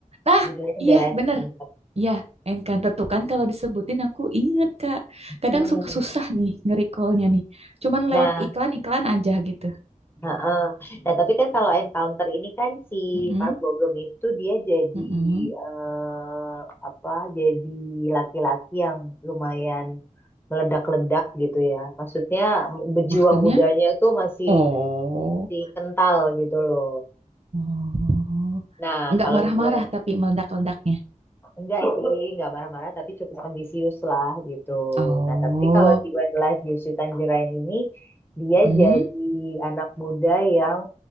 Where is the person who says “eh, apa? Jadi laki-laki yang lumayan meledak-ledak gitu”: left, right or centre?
Left